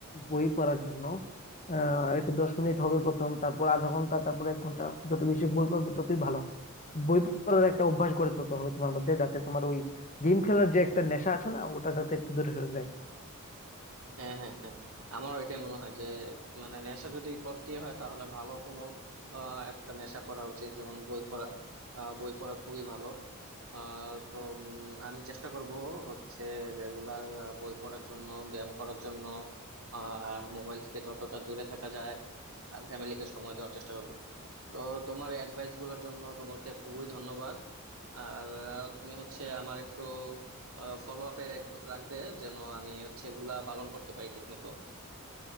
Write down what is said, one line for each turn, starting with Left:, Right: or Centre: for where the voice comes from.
Left: বই পড়ার জন্য আহ, এটা দশ মিনিট হবে প্রথম তারপর আধা ঘন্টা তারপর এক ঘন্টা যত বেশি বই পড়বে ততই ভালো বই পড়ার একটা অভ্যাস গড়ে তুলতে হবে তোমার মধ্যে যাতে তোমার ওই গেম খেলার যে একটা নেশা আছে না ওটা যাতে একটু দূরে সরে যায়
Right: হ্যাঁ হ্যাঁ হ্যাঁ আমারও এটাই মনে হয় যে মানে নেশা যদি করতে হয় তাহলে ভালো কোনো আহ, একটা নেশা করা উচিত যেমন বই পড়া আহ, বই পড়া খুবই ভালো আহ তো উম, আমি চেষ্টা করব হচ্ছে রেগুলার বই পড়ার জন্য ব্যায়াম করার জন্য আর মোবাইল থেকে যতটা দূরে থাকা যায় আর ফ্যামিলিকে সময় দেওয়ার চেষ্টা করব তো তোমার অ্যাডভাইস গুলোর জন্য তোমাকে খুবই ধন্যবাদ আর আহ, তুমি হচ্ছে আমার একটু ফলো আপে রাখবে যেন আমি হচ্ছে এগুলা পালন করতে পারি ঠিক মতো